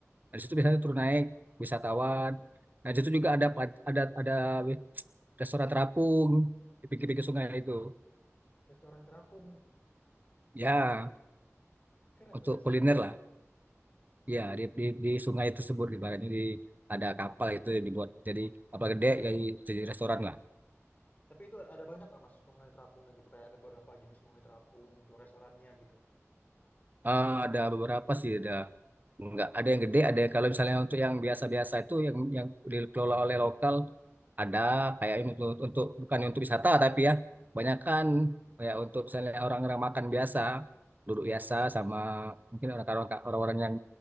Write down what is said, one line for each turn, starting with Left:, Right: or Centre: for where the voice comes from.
Right: Nah, di situ biasanya turun naik wisatawan. Nah, di situ juga ada pan- ada ada restoran terapung di pinggir-pinggir
Left: Oh,
Right: sungai itu.
Left: restoran terapung,
Right: Ya,
Left: keren
Right: untuk
Left: tuh restoran
Right: kuliner
Left: terapung.
Right: lah. Ya, di, di, di sungai tersebut ibaratnya di ada kapal itu yang dibuat jadi kapal gede jadi, jadi restoran lah.
Left: Tapi itu ada banyak nggak Mas sungai terapungnya gitu, kayak ada beberapa jenis sungai terapung, tuh restorannya gitu?
Right: Ah, ada beberapa sih ada nggak ada yang gede, ada yang kalau misalnya untuk yang biasa-biasa itu yang yang dikelola oleh lokal ada kayak ini untuk, untuk bukan untuk wisata tapi ya kebanyakan kayak untuk misalnya orang-orang makan biasa, duduk biasa sama mungkin orang-orang orang-orang yang